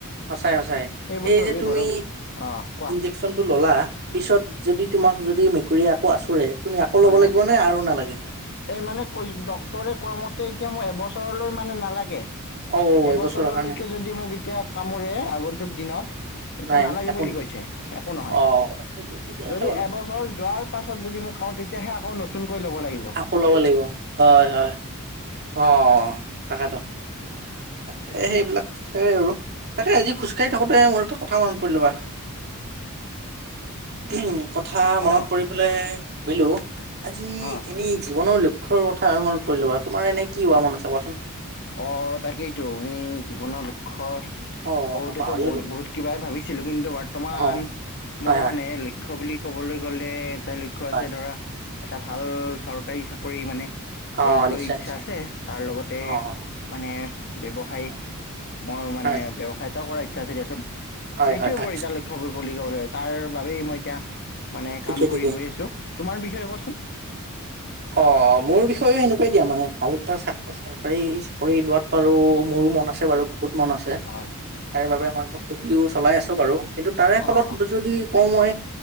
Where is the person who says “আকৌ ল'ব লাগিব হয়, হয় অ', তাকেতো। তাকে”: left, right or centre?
Right